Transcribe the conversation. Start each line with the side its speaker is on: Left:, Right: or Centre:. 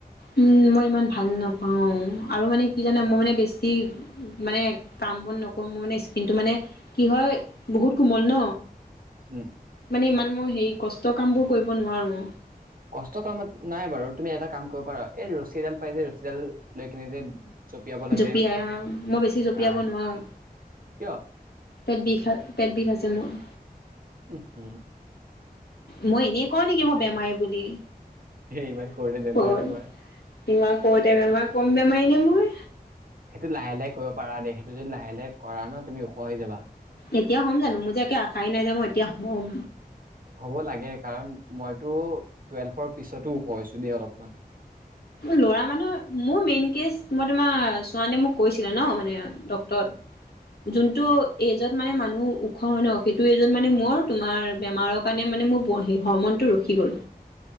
Left: উম। মই ইমান ভাল নাপাওঁ আৰু মানে কি জানা মই মানে বেছি মানে কাম-বন নকৰোঁ, মোৰ মানে স্কিনটো মানে কি হয় বহুত কোমল ন।
Right: উম।
Left: মানে ইমান মই হেৰি কষ্ট কামবোৰ কৰিব নোৱাৰোঁ।
Right: কষ্ট কামত নাই বাৰু, তুমি এটা কাম কৰিব পাৰা - এই ৰছী এডাল পাই যে ৰছীডাল লৈ কিনে যে জঁপিয়াব লাগে
Left: জঁপিয়াই আহ। মই বেছি জঁপিয়াব
Right: আহ
Left: নোৱাৰোঁ।
Right: কিয়
Left: পেট বিষ খা, পেট বিষ আছে মোৰ।
Right: উম হু।
Left: মই এনেই কওঁ নেকি মই বেমাৰী বুলি?
Right: ইমান সৰুতে বেমাৰ
Left: ক'ত
Right: তোমাৰ।
Left: তোমাক কওঁতে বেমাৰ ক বেমাৰিনে মই?
Right: সেইটো লাহে লাহে কৰিব পাৰা দে, সেইটো যদি লাহে লাহে কৰা ন তুমি ওখ হৈ যাবা।
Left: এতিয়া হ'ম জানো? মোৰ যে আশাই নাই যে মই এতিয়া হ'ম।
Right: হ'ব লাগে কাৰণ মইতো টুৱেলফৰ পিছতো ওখ হৈছোঁ দেই অলপমান।
Left: ল'ৰা মানুহ, মোৰ মেইন কেচ মই তোমাৰ চোৱানে মোক কৈছিলল ন মানে ডক্টট
Right: উম, উম,
Left: যোনটো এই য'ত মানে মানুহ ওখ হয় ন, সেইটো এজত মানে মোৰ তোমাৰ বেমাৰৰ
Right: উম।
Left: কাৰণে মানে মোক <unintelligible> হৰমনটো ৰখি গ'ল।